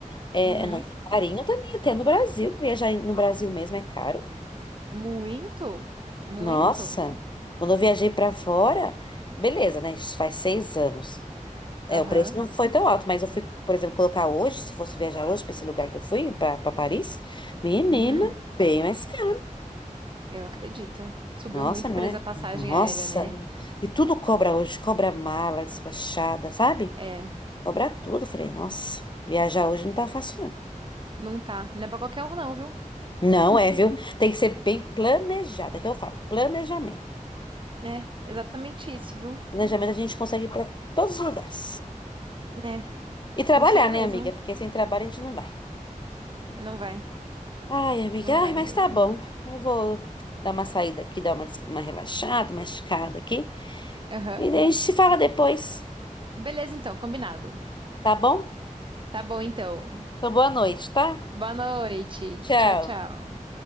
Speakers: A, on the left; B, on the right.
A: é,
B: Uhum.
A: é nosso carinho também, até no Brasil. Viajar no Brasil mesmo é caro.
B: Muito, muito.
A: Nossa, quando eu viajei pra fora, beleza, né? Isso faz seis anos. É,
B: Aham.
A: o preço não foi tão alto, mas eu fui, por exemplo, colocar hoje, se fosse viajar hoje para esse lugar que eu fui, para Paris, menina,
B: Uhum.
A: bem mais caro.
B: Eu acredito. Subiu
A: Nossa,
B: muito
A: não
B: presa
A: é?
B: a passagem
A: Nossa.
B: aérea, né?
A: E tudo cobra hoje, cobra mala despachada, sabe?
B: É,
A: Cobra tudo. Eu Falei, nossa, viajar hoje não tá fácil, não.
B: não tá. Não é pra qualquer um, não, viu?
A: Não é, viu? <laughs> Tem que ser bem planejada, que eu falo, planejamento.
B: É, exatamente isso, viu?
A: Planejamento a gente consegue ir para todos os lugares.
B: É,
A: E trabalhar,
B: consegue
A: né,
B: mesmo.
A: amiga? Porque sem trabalho a gente não vai.
B: Não vai,
A: Ai, amiga,
B: não vai
A: ai, mas
B: mesmo.
A: tá bom. Eu vou dar uma saída aqui, dar uma, des- uma relaxada, uma esticada aqui.
B: Aham.
A: E daí a gente se fala depois,
B: Beleza, então, combinado.
A: tá bom?
B: Tá bom, então.
A: Então, boa noite, tá?
B: Boa noite.
A: Tchau.
B: Tchau, tchau.